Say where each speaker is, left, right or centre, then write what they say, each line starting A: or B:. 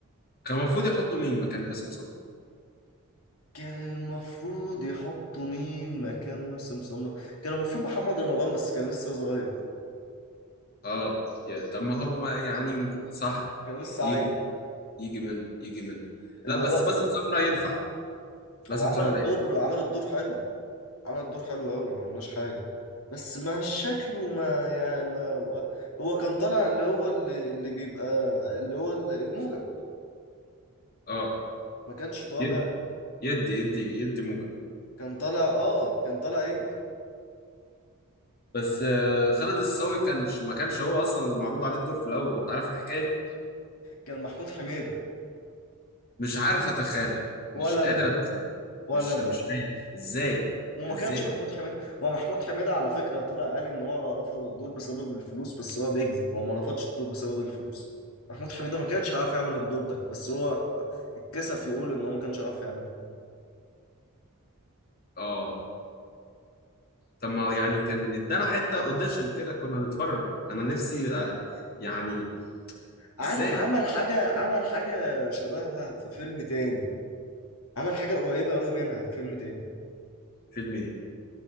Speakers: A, on the left; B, on the left.
A: كان المفروض يحطوا مين مكان باسم سمرة
B: كان المفروض يحطوا مين مكان باسم سمرة كان المفروض محمد رمضان بس كان لسه صغير
A: اه ي- طب ما هو يعني صح
B: كان لسه
A: يجي
B: عيل
A: يجي منه يجي منه
B: اللي
A: لا بس
B: هو
A: باسم سمرة ينفع باسم
B: هو عمل
A: سمرة
B: الدور
A: ينفع
B: عمل الدور حلو عمل الدور حلو قوي ما قلناش حاجة بس ما شكله ما يعني ما هو هو كان طالع اللي هو اللي, اللي بيبقى اللي هو ال- الموجب
A: اه
B: ما كانش طالع
A: يدي يدي يدي يدي موجب
B: كان طالع اه كان طالع ايدي
A: بس آه، خالد الصاوي كان ما كانش هو اصلا اللي معروض عليه الدور في الاول انت عارف الحكايه دي
B: كان محمود حميدة
A: مش عارف اتخيلها
B: ولا
A: مش
B: انا
A: قادر اتخيلها
B: ولا
A: مش
B: انا
A: مش عارف ازاي
B: وما
A: ازاي
B: كانش محمود حميدة هو محمود حميدة على فكرة طلع قال إن هو رفض الدور بسبب الفلوس بس هو بيكذب هو ما رفضش الدور بسبب الفلوس محمود حميدة ما كانش هيعرف يعمل الدور ده بس هو اتكسف يقول إن هو ما كانش هيعرف يعمله
A: اه طب ما يعني كان ادانا حتة اوديشن كده كنا نتفرج انا نفسي آه، يعني
B: عارف
A: ازاي
B: عمل حاجة عمل حاجة شبهها في فيلم تاني عمل حاجة قريبة قوي منها في فيلم تاني
A: فيلم ايه